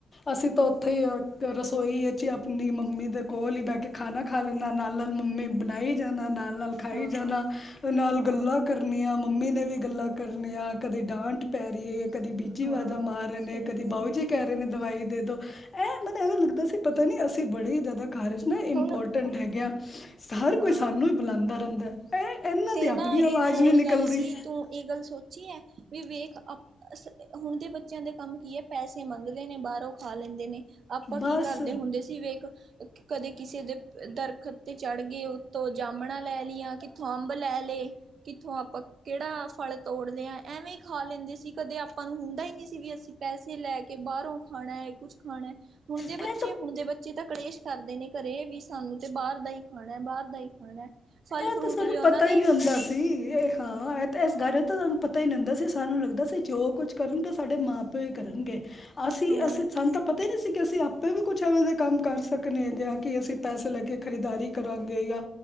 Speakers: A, on the left; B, on the right.
A: ਅਸੀਂ ਤਾਂ ਉੱਥੇ ਈ ਆ <unintelligible> ਸੋਈ ਈਚ ਅਪਣੀ ਮੰਮੀ ਦੇ ਕੋਲ ਈ ਬੈ ਕੇ ਖਾਣਾ ਖਾ ਲੈਨਾ ਨਾਲ-ਨਾਲ ਮੰਮੀ ਬਣਾਈ ਜਾਣਾ, ਨਾਲ-ਨਾਲ ਖਾਈ
B: ਹਾਂ
A: ਜਾਣਾ, ਨਾਲ
B: ਹਾਂ
A: ਗੱਲਾਂ ਕਰਨੀਆਂ, ਮੰਮੀ ਨੇ ਵੀ ਗੱਲਾਂ ਕਰਨੀਆਂ। ਕਦੇ ਡਾਂਟ ਪੈ ਰਈ ਐ ਯਾ ਕਦੀ ਬੀਜੀ
B: ਹਾਂ
A: ਵਾਜਾ ਮਾਰ ਰਏ
B: ਸਹੀ
A: ਨੇ, ਕਦੀ
B: ਗੱਲ
A: ਬਾਊ
B: ਹੈ
A: ਜੀ ਕਏ ਰਏ ਨੇ। ਦਵਾਈ ਦੇ ਦੋ ਇਹ ਮੈਤਾ ਐਵੇਂ ਲੱਗਦਾ ਸੀ ਪਤਾ ਨੀ ਅਸੀਂ ਬੜੇ ਈ ਜਿਆਦਾ ਘਰ ਇਜ ਨਾ
B: ਹੁਣ
A: ਇੰਪੋਰਟੈਂਟ ਹੈਗਯਾ। ਹਰ
B: ਹਾਂ
A: ਕੋਈ ਸਾਨੂੰ ਈ ਬੁਲਾਂਦਾ ਰਹਿੰਦਾ। ਇਹ ਇਹਨਾਂ
B: ਤੇ
A: ਦੀ
B: ਨਾ
A: ਆਪਣੀ
B: ਇੱਕ
A: ਆਵਾਜ਼
B: ਹੋਰ
A: ਨਹੀਂ ਨਿਕਲਦੀ
B: ਗੱਲ ਸੀ ਤੂੰ ਇਹ ਗੱਲ ਸੋਚੀ ਐ ਵੀ ਵੇਖ ਅਪ ਅਸ ਹੁਣ ਦੇ ਬਚ ਬੱਚਿਆਂ ਦੇ ਕੰਮ ਕੀ ਐ ਪੈਸੇ ਮੰਗਲੇ ਨੇ ਬਾਰੋਂ ਖਾ ਲੈਂਦੇ ਨੇ। ਆਪਾਂ ਕੀ
A: ਬਸ।
B: ਕਰਦੇ ਹੁੰਦੇ ਸੀ ਵੇਖ ਕਦੇ ਕਿਸੇ ਦੇ ਦਰਖਤ ਤੇ ਚੜ੍ਹ ਗਏ ਓਤੋ ਜਾਮਣਾ ਲੈ ਲਈਆਂ ਕਿੱਥੋਂ ਅੰਬ ਲੈ ਲਏ ਕਿੱਥੋਂ ਆਪਾਂ ਕਿਹੜਾ ਫਲ ਤੋੜ ਲਿਆ ਐਵੇਂ ਈ ਖਾ ਲੈਂਦੇ ਸੀ ਕਦੇ ਆਪਾਂ ਨੂੰ ਹੁੰਦਾ ਈ ਨਈ ਸੀ ਵੀ ਅਸੀਂ ਪੈਸੇ ਲੈ ਕੇ ਬਾਹਰੋਂ ਖਾਣਾ ਕੁਛ ਖਾਣਾ, ਹੁਣ ਦੇ
A: ਖਾਣਾ
B: ਬੱਚੇ, ਹੁਣ ਦੇ ਬੱਚੇ ਤਾਂ ਕਲੇਸ਼ ਕਰਦੇ ਨੇ ਘਰੇ ਵੀ ਸਾਨੂੰ ਤੇ ਬਾਹਰ ਦਾ ਹੀ ਖਾਣਾ ਬਾਹਰ ਦਾ ਹੀ ਖਾਣਾ, ਫਲ ਫਰੂਟ
A: ਇਹ ਤਾਂ ਸਾਨੂੰ
B: ਵੀ ਉਹਨਾਂ
A: ਪਤਾ
B: ਦੇ
A: ਈ ਨਈ ਹੁੰਦਾ ਸੀ, ਇਹ ਹਾਂ ਏਤਾ ਏਸ ਘਰ ਇਹ ਤਾਂ ਸਾਨੂੰ ਪਤਾ ਈ ਨੀ ਹੁੰਦਾ ਸੀ ਸਾਨੂੰ ਲੱਗਦਾ ਸੀ ਜੋ ਕੁੱਝ ਕਰਨਗੇ ਸਾਡੇ ਮਾਂ-ਪਿਓ ਪਿਓ ਈ ਕਰਨਗੇ, ਅਸੀਂ,
B: ਹਾਂ,
A: ਅਸੀਂ ਸਾਨ ਤਾਂ ਪਤਾ ਈ ਨੀ ਸੀ। ਕਿ ਅਸੀਂ ਆਪੇ ਵੀ ਕੁਛ ਐਵੇਂ ਦੇ ਕੰਮ ਕਰ ਸਕਨੇਗੇ ਕਿ ਅਸੀਂ ਪੈਸੇ ਲੈ ਕੇ ਖਰੀਦਦਾਰੀ ਕਰਾਂਗੇ ਯਾ